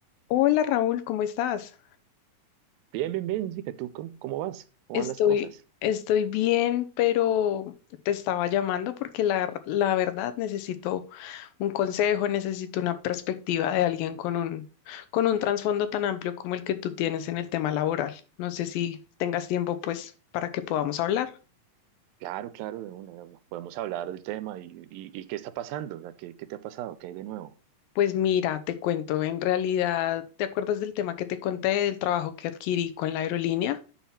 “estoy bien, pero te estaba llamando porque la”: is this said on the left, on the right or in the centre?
Left